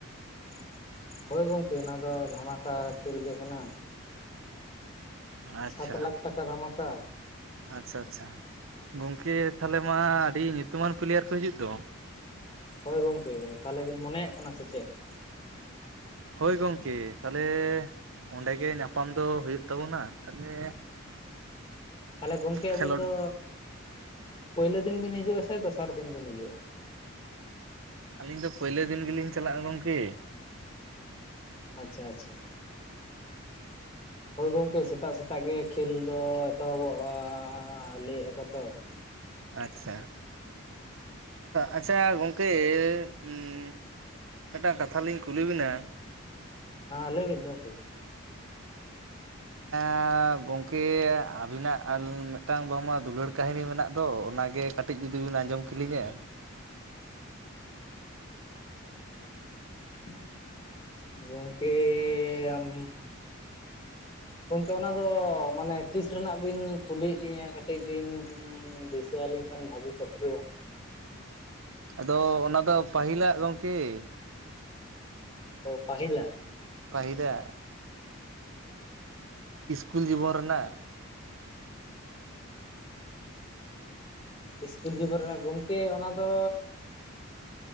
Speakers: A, on the left; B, on the right.
A: <inaudible> ᱦᱳᱭ ᱜᱚᱝᱠᱮ ᱚᱱᱟ ᱫᱚ ᱫᱷᱟᱢᱟᱠᱟ ᱠᱷᱮᱞ ᱜᱮ ᱠᱟᱱᱟ᱾
B: ᱟᱪᱪᱷᱟ
A: ᱥᱟᱛ ᱞᱟᱠᱷ ᱴᱟᱠᱟ ᱫᱷᱟᱢᱟᱠᱟ᱾
B: ᱟᱪᱪᱷᱟ ᱟᱪᱪᱷᱟ ᱜᱚᱝᱠᱮ ᱛᱟᱦᱞᱮ ᱢᱟ ᱟᱹᱰᱤ ᱧᱩᱛᱩᱢᱟᱱ ᱯᱞᱤᱭᱟᱨ ᱠᱚ ᱦᱤᱡᱩᱜ ᱫᱚ ᱾
A: ᱦᱳᱭ ᱜᱚᱝᱠᱮ ᱛᱟᱞᱦᱮ ᱵᱤᱱ ᱢᱚᱱᱮᱭᱟᱜ ᱠᱟᱱᱟ ᱥᱮ ᱪᱮᱫ ᱾
B: ᱦᱳᱭ ᱜᱚᱝᱠᱮ ᱛᱟᱞᱦᱮ ᱚᱸᱰᱮ ᱜᱮ ᱧᱟᱯᱟᱢ ᱫᱚ ᱦᱩᱭᱩᱜ ᱛᱟᱵᱚᱱᱟ ᱛᱟᱞᱮ
A: ᱛᱟᱞᱦᱮ ᱜᱚᱝᱠᱮ ᱟᱹᱵᱤᱱ
B: ᱠᱷᱮᱞᱳᱰ
A: ᱫᱚ ᱯᱟᱹᱭᱞᱳ ᱫᱤᱱ ᱵᱤᱱ ᱦᱤᱡᱩᱜ-ᱟ ᱥᱮ ᱫᱚᱥᱟᱨ ᱫᱤᱱ ᱵᱤᱱ ᱦᱤᱡᱩᱜ-ᱟ ᱾
B: ᱟᱹᱞᱤᱧ ᱫᱚ ᱯᱟᱹᱭᱞᱟᱹ ᱫᱤᱱ ᱜᱮᱞᱤᱧ ᱪᱟᱞᱟᱜ-ᱟ ᱜᱚᱝᱠᱮ ᱾
A: ᱟᱪᱪᱷᱟ ᱟᱪᱪᱷᱟ ᱾ ᱦᱳᱭ ᱜᱚᱢᱠᱮ ᱥᱮᱛᱟᱜ ᱥᱮᱛᱟᱜ ᱜᱮ ᱠᱷᱮᱞ ᱫᱚ ᱮᱛᱚᱦᱚᱵᱚᱜ ᱟᱻ ᱞᱟᱹᱭᱮᱜ ᱟᱠᱚ ᱛᱚ ᱾
B: ᱟᱪᱪᱷᱟ ᱟᱪᱪᱷᱟ ᱜᱚᱝᱠᱮ <inaudible> ᱢᱤᱫᱴᱟᱝ ᱠᱟᱛᱷᱟ ᱞᱤᱧ ᱠᱩᱞᱤ ᱵᱮᱱᱟ
A: ᱦᱟᱸ ᱞᱟᱹᱭ ᱵᱤᱱ ᱜᱚᱝᱠᱮ?
B: <inaudible> ᱜᱚᱝᱠᱮ ᱟᱹᱵᱤᱱᱟᱜ ᱢᱤᱫᱴᱟᱝ ᱵᱟᱝᱢᱟ ᱫᱩᱞᱟᱹᱲ ᱠᱟᱹᱦᱱᱤ ᱢᱮᱱᱟᱜ ᱫᱚ ᱚᱱᱟᱜᱮ ᱾ ᱠᱟᱹᱴᱤᱡ ᱡᱩᱫᱤ ᱵᱤᱱ ᱟᱸᱡᱚᱢ ᱠᱮᱞᱤᱧᱟ ᱾
A: <inaudible> ᱜᱚᱝᱠᱮ ᱟᱢ ᱜᱚᱝᱠᱮ ᱚᱱᱟ ᱫᱚ ᱢᱟᱱᱮ ᱛᱤᱥ ᱨᱮᱱᱟᱜ ᱵᱤᱱ ᱠᱩᱞᱤᱭᱮᱜ ᱞᱤᱧᱟᱹ ᱠᱟᱹᱴᱤᱡ ᱵᱤᱱ ᱫᱤᱥᱟᱹ ᱟᱹᱞᱤᱧ ᱠᱷᱟᱱ ᱵᱷᱟᱹᱜᱤ ᱠᱚᱜ ᱜᱮᱭᱟ ᱾
B: ᱟᱫᱚ ᱚᱱᱟ ᱫᱚ ᱯᱟᱹᱦᱤᱞᱟᱜ ᱜᱚᱝᱠᱮ ᱾
A: ᱚ ᱯᱟᱹᱦᱤᱞᱟᱜ ᱾
B: ᱯᱟᱦᱤᱞᱟᱜ ᱾ ᱤᱥᱠᱩᱞ ᱡᱤᱵᱚᱱ ᱨᱮᱱᱟᱜ ᱾
A: ᱤᱥᱠᱩᱞ ᱡᱤᱵᱚᱱ ᱨᱮᱱᱟᱜ ᱜᱚᱝᱠᱮ ᱚᱱᱟ ᱫᱚᱻ